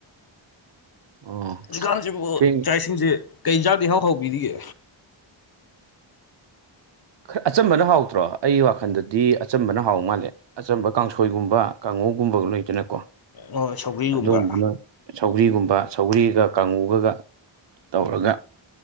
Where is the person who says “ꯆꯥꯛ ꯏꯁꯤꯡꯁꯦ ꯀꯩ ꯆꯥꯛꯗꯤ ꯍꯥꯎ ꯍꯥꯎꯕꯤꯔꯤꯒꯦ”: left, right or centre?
Left